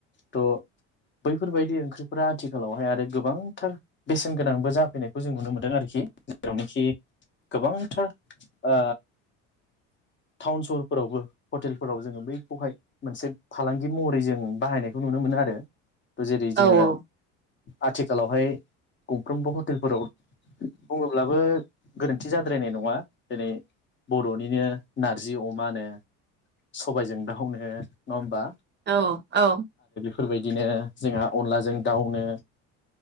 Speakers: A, on the left; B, on the right.
A: थ' बैफोरबायदि ओंख्रिफोरा आथिखालावहाय आरो गोबांथार बेसेनगोनांबो जाफैनायखौ जों नुनो मोनदों आरोखि जेरावनोखि गोबांथार ओ टाउन सहरफोरावबो हटेलफोराव जोङो बैखौहाय मोनसे फालांगि महरै जों बाहायनायखौ नुनो मोनो आरो। जेरै जोङो
B: औ औ
A: आथिखालावहाय गंफ्रोमबो हटेलफोराव बुङोब्लाबो गोरोन्थि जाद्रायनाय नङा जेरै बर'निनो नारजि अमानो सबायजों दावनो नङा होनबा?
B: औ औ
A: फोरबायदिनो जोंहा अनलाजों दाउनो